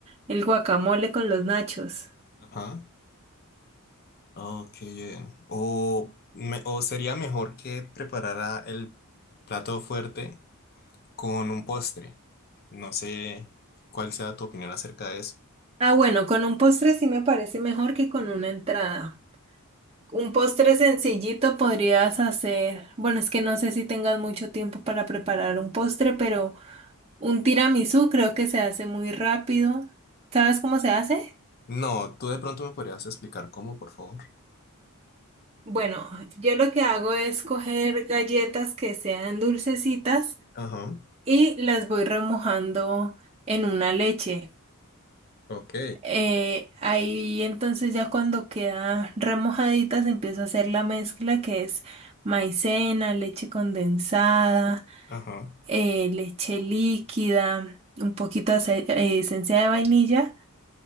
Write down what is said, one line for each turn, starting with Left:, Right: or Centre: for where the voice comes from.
Right: el guacamole con los nachos.
Left: Ajá. Ok, bien. O, me- o sería mejor que preparara el plato fuerte con un postre. No sé cuál sea tu opinión acerca de eso.
Right: Ah, bueno, con un postre sí me parece mejor que con una entrada. Un postre sencillito podrías hacer. Bueno, es que no sé si tengas mucho tiempo para preparar un postre, pero un tiramisú creo que se hace muy rápido. ¿Sabes cómo se hace?
Left: No, tú de pronto me podrías explicar cómo, por favor.
Right: Bueno, yo lo que hago es coger galletas que sean dulcecitas
Left: Ajá.
Right: y las voy remojando en una leche.
Left: Ok.
Right: Eh, ahí entonces ya cuando quedan remojaditas empiezo a hacer la mezcla que es maicena, leche condensada
Left: Ajá.
Right: eh, leche líquida, un poquito de ace- eh, esencia de vainilla.